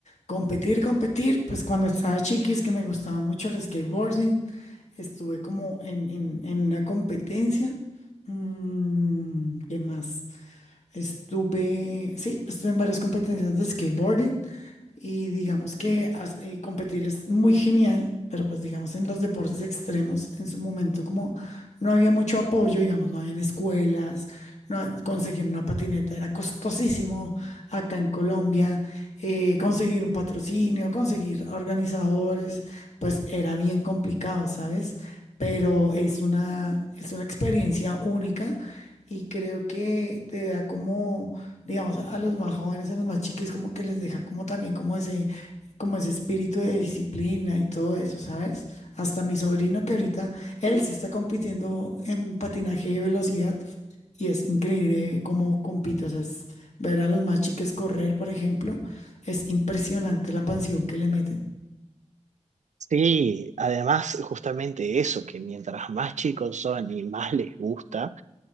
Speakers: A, on the left; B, on the right.
A: competir, competir, pues cuando estaba chiqui es que me gustaba mucho el skateboarding, estuve como en, en, en una competencia, Mm, ¿qué más? Estuve, sí, estuve en varias competencias de skateboarding y digamos que as- eh, competir es muy genial, pero pues digamos en los deportes extremos, en su momento como no había mucho apoyo, digamos, no habían escuelas, no, ha- conseguir una patineta era costosísimo acá en Colombia, eh, conseguir un patrocinio, conseguir organizadores, pues era bien complicado, ¿sabes? Pero es una, es una experiencia única y creo que te da como, digamos, a los más jóvenes, a los más chiquis, como que les deja como también como ese, como ese espíritu de disciplina y todo eso, ¿sabes? Hasta mi sobrino que ahorita, él sí está compitiendo en patinaje de velocidad y es increíble cómo compite. O sea, es ver a los más chiques correr, por ejemplo, es impresionante la pasión que le meten.
B: Sí, además justamente eso, que mientras más chicos son y más les gusta,